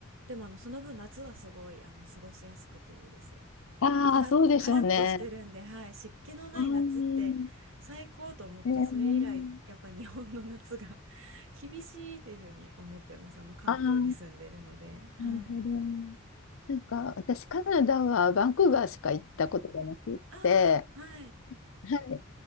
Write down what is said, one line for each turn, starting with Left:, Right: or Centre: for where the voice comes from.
Right: でもあのその分夏はすごいあの過ごしやすくていいです。
Left: ああ、
Right: カラッ、
Left: そうでしょうね。
Right: カラッとしてるんで、はい、湿気のない夏って最高と思って、
Left: ああ、えー
Right: それ以来、やっぱり日本の夏が <laughs> 厳しいっていうふうに思ってます。あの、関東に住んでるので。
Left: ああ、な
Right: はい。
Left: るほど。なんか、私、カナダはバンクーバーしか行ったことがなくって、
Right: はい。ああ、はい。
Left: はい。